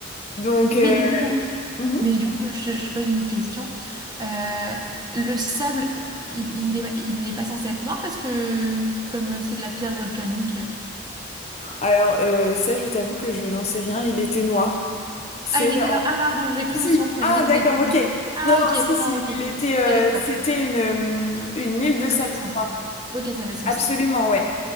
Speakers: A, on the left; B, on the right.
A: Donc,
B: Mais
A: euh,
B: du coup,
A: mhm.
B: Mais du coup, je, je te pose une question. Euh, le sable, il, il est, il est pas censé être noir parce que comme c'est de la pierre volcanique.
A: Alors, euh, ça, je t'avoue que je n'en sais rien. Il était noir. C'est
B: Ah, il était noir. Ah, pardon, j'ai cru
A: Si,
B: justement
A: si.
B: que tu m'avais
A: Ah,
B: dit
A: d'accord,
B: qu'il était blanc.
A: ok.
B: Ah,
A: Non, non,
B: ok,
A: si,
B: non,
A: si.
B: ok.
A: Il était,
B: Ok,
A: euh,
B: d'accord.
A: c'était une, euh, une île de sable
B: Ça fait sens.
A: noir.
B: Ok, ça fait sens.
A: Absolument, ouais.